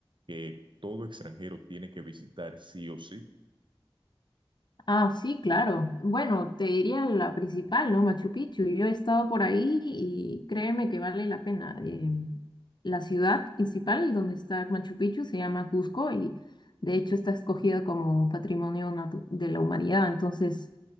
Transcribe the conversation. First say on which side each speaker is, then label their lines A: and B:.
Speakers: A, on the right; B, on the left.
A: que todo extranjero tiene que visitar sí o sí?
B: Ah, sí, claro. Bueno, te diría la principal, ¿no? Machu Picchu. Yo he estado por ahí y créeme que vale la pena. Eh, la ciudad principal donde está Machu Picchu se llama Cusco y de hecho está escogida como Patrimonio Natu- de la Humanidad. Entonces,